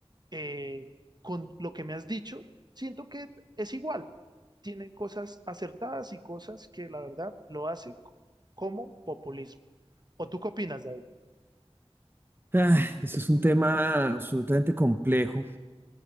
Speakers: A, on the right; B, on the right.
A: eh, con lo que me has dicho, siento que es igual. Tiene cosas acertadas y cosas que la verdad lo hace c- como populismo. ¿O tú qué opinas, David?
B: Ah, eso es un tema absolutamente complejo